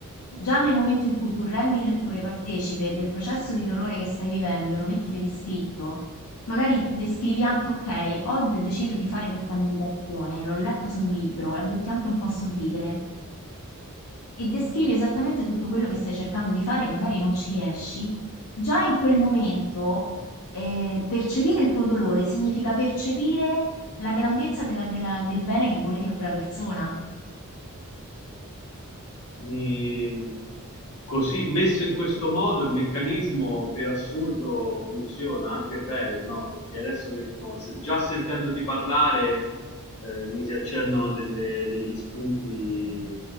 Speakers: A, on the left; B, on the left.
A: Già nel momento in cui tu rendi il lettore partecipe del processo di dolore che stai vivendo e lo metti per iscritto, magari descrivi anche, ok, oggi ho deciso di fare questa meditazione, l'ho letto su un libro, la butti anche un po' a sorridere e descrivi esattamente tutto quello che stai cercando di fare e magari non ci riesci, già in quel momento eh, percepire il tuo dolore significa percepire la grandezza della- della- del bene che volevi a quella persona.
B: mi- così messo in questo modo il meccanismo per assurdo funziona anche bene, no? Perché adesso che insomma, se- già sentendoti parlare eh, mi si accendono delle- degli spunti,